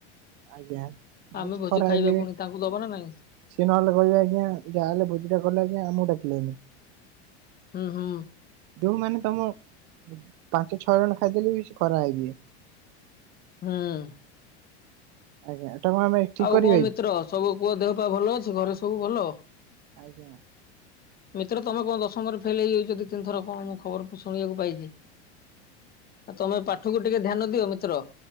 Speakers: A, on the right; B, on the left.
A: ଆଜ୍ଞା। ନହେଲେ
B: ଆମେ
A: ସେ
B: ଭୋଜି
A: ଖରାପ
B: ଖାଇବା
A: ଭାବିବେ।
B: ପୁଣି ତାଙ୍କୁ ଦବା ନା ନାଇଁ।
A: ସିଏ ନହଲେ କହିବେ ଆଜ୍ଞା ଯାହାହେଲେ ଭୋଜିଟା କଲା ଆଜ୍ଞା ଆମକୁ ଡାକିଲନି।
B: ହୁଁ ହୁଁ।
A: ଯୋଉମାନୋନ ତମ ପାଞ୍ଚ ଛଅ ଜଣ ଖାଇଦେଲେ ବି ସେ ଖରା ହେ <unintelligible>
B: ହୁଁ ହୁଁ।
A: ଆଜ୍ଞା <unintelligible>
B: ଆଉ କଣ ମିତ୍ର
A: କି?
B: ସବୁ କୁହ ଦେହ ପା ଭଲ ଅଛି ଘରେ ସବୁ ଭଲ?
A: ଆଜ୍ଞା।
B: <inaudible> ମିତ୍ର ତମେ କଣ ଦଶମ ରେ ଫେଲ ହେଇଯାଉଛନ୍ତି ତିନିଥର କଣ ମୁଁ ଖବରକୁୁ ଶୁଣିବାକୁ ପାଇଛି। ଆ ତମେ ପାଠକୁ ଟିକେ ଧ୍ୟାନ ଦିଅ ମିତ୍ର।